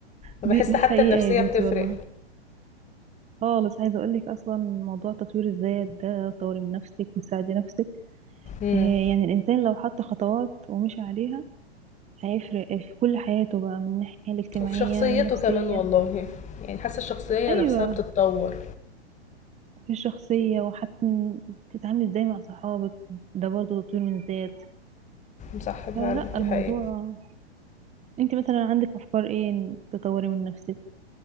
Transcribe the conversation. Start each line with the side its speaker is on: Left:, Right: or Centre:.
Left: فبحس
Right: دي دي
Left: حتى
Right: حقيقة
Left: النفسيه
Right: يا بنتي
Left: بتفرق
Right: والله خالص عايزة أقولك أصلا موضوع تطوير الذات ده طوري من نفسك وتساعدي نفسك
Left: امم
Right: آه، يعني الإنسان لو حط خطوات ومشي عليها هيفرق في كل حياته بقى من الناحية الاجتماعية
Left: وفي شخصيته
Right: والنفسية
Left: كمان والله يعني حاسه الشخصيه
Right: أيوة
Left: نفسها بتتطور
Right: في الشخصية وحتى تتعاملي ازاي مع صحابك ده برضه تطوير من الذات
Left: صح
Right: فلا
Left: فعلا
Right: الموضوع
Left: دي حقيقه
Right: انت مثلا عندك أفكار ايه إن تطوري من نفسك